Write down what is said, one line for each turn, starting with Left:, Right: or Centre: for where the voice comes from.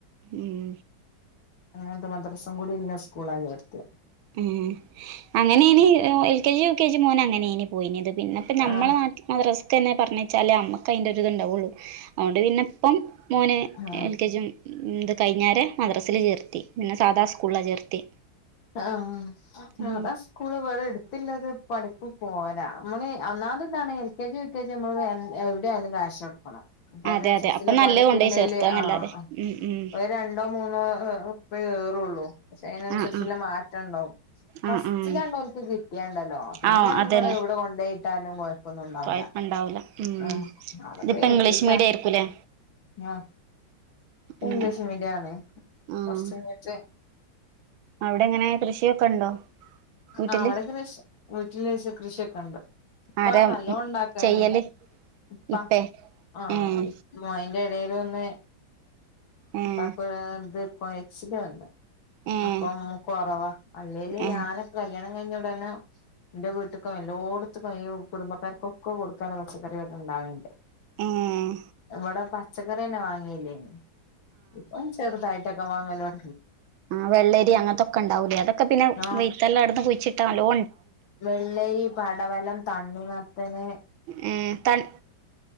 Right: ഉം
Left: അങ്ങനന്ത മദ്രാസൻ കൂടി ഇല്ല സ്കൂൾ ആഗ ഇർത്തി
Right: ഉം അങ്ങനെ ഇനി L K G U K G മോന അങ്ങനെ ഇനി പോയിന്ത് പിന്നെപ്പ നമ്മെ
Left: ആഹ്
Right: നാട്ടിൽ മാത്രം െ പറഞ്ഞ വച്ചാലേ അമ്മക്ക് അതിന്റെ ഒരുരി ഇത്ണ്ടാവുള്ളു അതുകൊണ്ട് പിന്നെ ഇപ്പം മോന
Left: ആഹ്
Right: എൽ കെ ജും ഇത് കഴിഞ്ഞേര മദ്രാസൽ ചേർത്തി പിന്നെ സാദാ സ്കൂളാണ് ചേർത്തി
Left: ആഹ സതാ
Right: ഉം
Left: സ്കൂള് വേറെ എടുത്തില്ലത് പഠിപ്പു പോരാ നമ്മള് ഒന്നാമ ഇതാണ് L K G V K G നമ്മള് എവിടെ ആയാലും കാക്യാഷ് എടുക്കണം അന
Right: അതെ
Left: അനുസരിച്ച
Right: അതെ അപ്പൊ നല്ല
Left: പഠിപ്പില്ലല്ലേ
Right: കൊണ്ടോയി ചേർത്താന്നല്ലാതെ
Left: ആഹ
Right: ഉം ഉം
Left: ഒരു രണ്ടോ മൂന്നോ ഇ കയറള്ളൂ പക്ഷെ അതിനനുസരിച്ച്
Right: ആഹ് ആഹ്
Left: മാറ്റ ഉണ്ടാവും ഫസ്റ്റിലാണ്ടോക്ക്
Right: ആഹ് ആഹ്
Left: കിട്ടിയണ്ടല്ലോ പിന്നെ
Right: ആഹ്
Left: നമ്മള്
Right: അതന്നെ
Left: എവിടെ കൊണ്ട കിട്ടാനും കൊഴപ്പൊന്നുംന്നാവില്ല
Right: കൊഴപ്പണ്ടാവൂല ഉം
Left: ആ അതൊക്കെ
Right: ഇതിപ്പോ
Left: കേർത്തിീട്ടാ
Right: ഇംഗ്ലീഷ് മീഡിയം ആയിരിക്കൂല്ലേ
Left: ആഹ
Right: ഉം
Left: ഇംഗ്ലീഷ് മീഡിയ ആണ്
Right: ആഹ്
Left: കൊട്ട്
Right: അവിടെ എങ്ങനെ കൃഷിയൊക്കെ ഉണ്ടോ വീട്ടില്
Left: ആ വവിടെ കൃഷി വീട്ടില കൃഷിയൊക്കെ ഉണ്ട് ഇപ്പ
Right: ആരാ
Left: നല്ലോ ഉണ്ടാക്കനെ
Right: ചെയ്യല്
Left: ഇപ്പ
Right: ഇപ്പേ
Left: ആഹ
Right: ഏഹ്
Left: അ ഇടയില ഒന്ന്
Right: ഏഹ്
Left: പാക്കന്ത കുക്ശ വല്ല
Right: ഏഹ്
Left: അപ്പൊ കൊറവാ അല്ലേല്
Right: ഏഹ്
Left: ഞാനക്ക കല്യാണം കഴിഞ്ഞ ഇടന്നെ എന്റെ വീട്ടക്കും എല്ലോടത്തക്കും കുടുംബക്കാർക്കൊക്കെ കൊടുക്കാന പച്ചക്കറികൊക്കെ ഉണ്ടാവണ്ട്
Right: ഏഹ്
Left: ഇവിടെ പച്ചക്കറിന്നെ വാങ്ങിയല്ലേന് ഇപ്പം ചെറുതായിട്ടൊക്കെ വങ്ങാനോട
Right: ആ് വെള്ളരി അങ്ങനത്തൊക്കെ ഉണ്ടാവൂലേ അതൊക്കെ പിന്നെ
Left: ആഹ്
Right: വെയ്ത്തല്ലാം അടുന്ന് കുഴിച്ചിട്ടാല്ലോ
Left: വെള്ളരി പടവലം തണ്ണി മത്തനെ
Right: ഉ തൻ